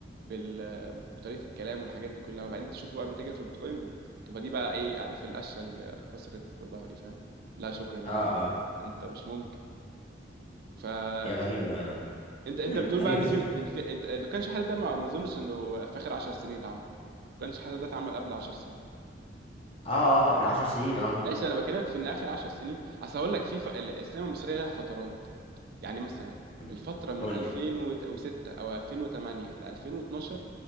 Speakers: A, on the right; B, on the left.
A: بال... بطريقه الكلام والحاجات دي كلها وبعدين تشوفه بقى بيتاجر في البيتكوين بت... تبقى دي بقى ايه عارف القشه اللي كسرت ظهري فاهم لا شكرا
B: اه
A: يا عم
B: اه
A: انت مش مهم فانت
B: هي غريبة
A: انت بتقول
B: <laughs> غريبة
A: بقى ان في ان في ده كانش حد ده ما ما اظنش انه في اخر 10 سنين اتعمل ما كانش حد ده اتعمل قبل 10 سنين
B: اه اه قبل عشر سنين اه
A: ماشي انا بكلمك في ان اخر 10 سنين اصل هقول لك في ف... السينما المصريه لها فترات يعني مثلا
B: أمم.
A: الفتره من
B: قول
A: 2006
B: لي
A: او 2008 ل 2012